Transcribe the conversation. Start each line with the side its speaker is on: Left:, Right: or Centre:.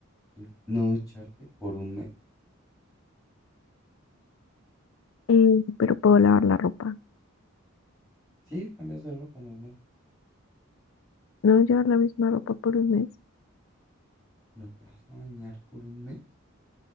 Centre: du- no ducharte por un mes?
Left: Eh, pero puedo lavar la ropa.
Centre: Sí, cambias de ropa normal.
Left: No llevar la misma ropa por un mes.
Centre: ¿No te vas a bañar por un mes?